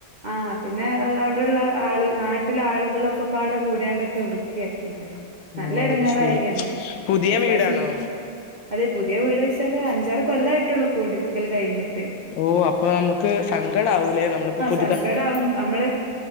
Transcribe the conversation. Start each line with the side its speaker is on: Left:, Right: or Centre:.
Right: ആ പിന്നെ അത് അവിടെയള്ള ആള നാട്ടില ആളുകളൊക്കെ പാട കൂടാണ്ടൊക്കെ വൃത്തിയാക്കി അത്
Left: ഓ
Right: നല്ല ഇടങ്ങാറായിനി
Left: അത് ശരി
Right: അന്ന്
Left: പുതിയ
Right: ഇപ്രാവശ്യം
Left: വീടാണോ
Right: അതെ പുതിയ വീട് ചില അഞ്ചാറ് കൊല്ലായിട്ടുള്ളൂടിരിക്കൽ കഴിഞ്ഞിട്ട്
Left: ഓ അപ്പൊ നമുക്ക് സങ്കടം ആവൂലേ നമ്മളിപ്പോ പു
Right: സങ്കടമാകും നമ്മള്